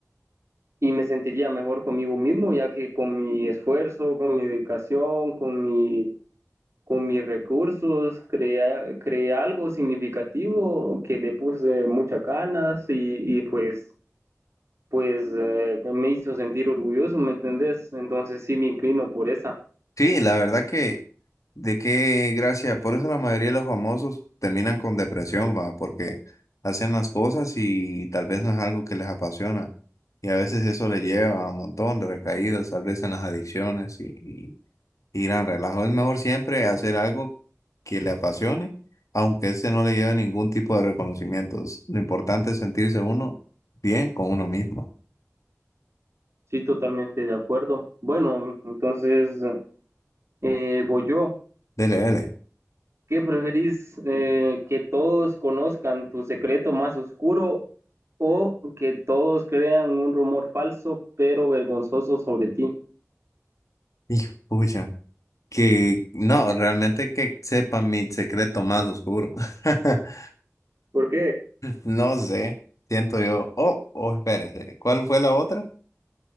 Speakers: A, on the right; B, on the left.
A: y me sentiría mejor conmigo mismo, ya que con mi esfuerzo, con mi dedicación, con mi, con mis recursos, crea- creé algo significativo que le puse muchas ganas y, y pues, pues eh, me hizo sentir orgulloso, ¿me entendés? Entonces sí me inclino por esa.
B: Sí, la verdad que, de qué gracia, por eso la mayoría de los famosos terminan con depresión, va, porque hacen las cosas y tal vez no es algo que les apasiona. Y a veces eso les lleva a un montón de recaídas, tal vez en las adicciones y, y, y gran relajo. Es mejor siempre hacer algo que le apasione, aunque ese no le lleve ningún tipo de reconocimientos. Lo importante es sentirse uno bien con uno mismo.
A: Sí, totalmente de acuerdo. Bueno, entonces eh, voy yo.
B: Dele, dele.
A: ¿Qué preferís eh, que todos conozcan tu secreto más oscuro o que todos crean un rumor falso pero vergonzoso sobre ti?
B: Hijo, pucha. Que no, realmente que sepa mi secreto más oscuro. <laughs>
A: ¿Por qué?
B: No sé, siento yo. Oh, oh, espérese. ¿Cuál fue la otra?